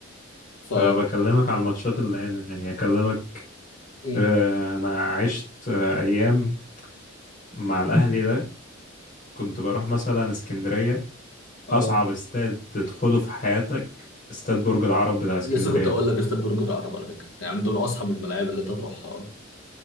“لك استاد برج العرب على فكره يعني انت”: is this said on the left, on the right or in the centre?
Left